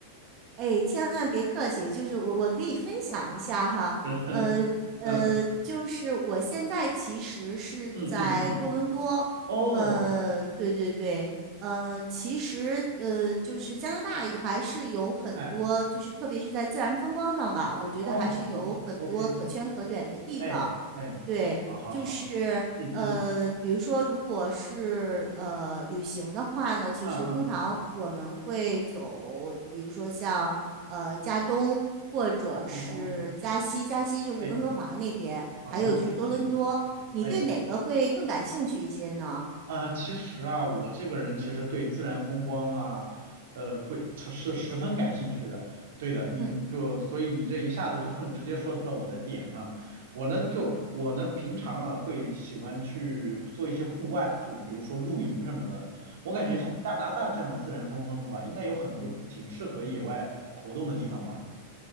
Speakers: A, on the right; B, on the right.
A: 哎，千万别客气，就是我我可以分享一下哈，
B: <laughs>
A: 呃呃，
B: 嗯
A: 就是我现在其实是在多伦多，
B: 嗯嗯嗯，哦，
A: 呃，对对对，呃，其实呃，就是加拿大还是有很多，
B: 哎，
A: 就是特别是在自然风光上吧，我觉得还是有很多可圈可点的地方，
B: 哦哦，OK，哎哎，
A: 对，
B: 好好好，
A: 就是。
B: 嗯嗯
A: 呃，比如说，如果是呃旅行的话呢，其实通常我们会走，
B: 嗯嗯，
A: 比如说像呃加东或者是加西，
B: 哦哦，
A: 加西就是温哥华那边，
B: 哎啊，
A: 还有就是多伦多。
B: 温哥华那边，
A: 你对哪个会更感兴趣一些呢？
B: 哎。啊，其实啊，我这个人其实对自然风光啊，呃，会是十分感兴趣的。对的，你就所以你这一下子就
A: 嗯
B: <laughs> 直接说到了我的点上。我呢就我呢平常啊会喜欢去做一些户外，就比如说露营什么的。
A: 嗯
B: 我感觉像加拿大这样的自然风光的话，
A: 嗯。
B: 应该有很多挺适合野外活动的地方吧。